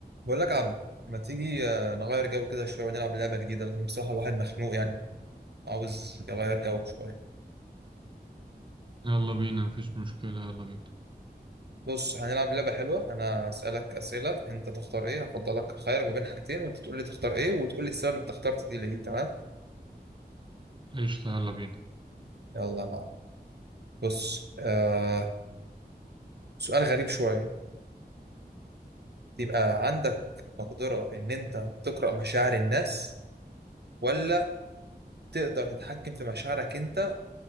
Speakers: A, on the right; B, on the right.
A: بقول لك يا عبد ما تيجي آه، نغير جو كده شويه ونلعب لعبه جديده لان بصراحه الواحد مخنوق يعني عاوز يغير جو شويه
B: يلا بينا مفيش مشكلة يلا بينا
A: بص هنلعب لعبه حلوه انا هسالك اسئله انت تختار ايه هفضلك خيرك ما بين حاجتين وانت تقول لي تختار ايه وتقول لي السبب انت اخترت دي ليه تمام
B: قشطة يلا بينا
A: يلا يا معلم بص آه سؤال غريب شويه يبقى عندك مقدره ان انت تقرا مشاعر الناس ولا تقدر تتحكم في مشاعرك انت